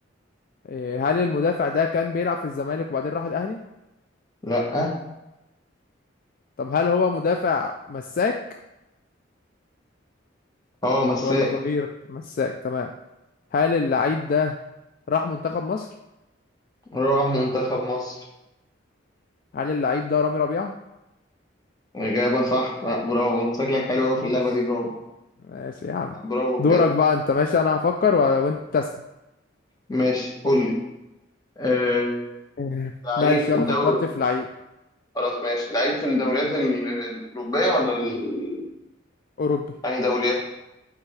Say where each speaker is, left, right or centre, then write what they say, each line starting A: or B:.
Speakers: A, on the left; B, on the left.
A: إيه هل المدافع ده كان بيلعب في الزمالك وبعدين راح الاهلي
B: لأ
A: طب هل هو مدافع مساك
B: اه مساك
A: ولا ظهير مساك تمام هل اللعيب ده راح منتخب مصر
B: راح منتخب مصر
A: هل اللعيب ده رامي ربيعة
B: إجابة صح لأ برافو أنت شكلك حلو أوي
A: بس
B: في اللعبة دي برافو
A: ماشي يا عم
B: برافو
A: دورك
B: بجد
A: بقى انت ماشي انا هفكر و... وانت اسأل
B: ماشي قول لي آه،
A: آه،
B: لعيب
A: ماشي
B: في
A: يلا
B: الدوري
A: فكرت في لعيب
B: خلاص ماشي لعيب في الدوريات ال- الأوروبية ولا ال...
A: اوروبي
B: يعني دوريات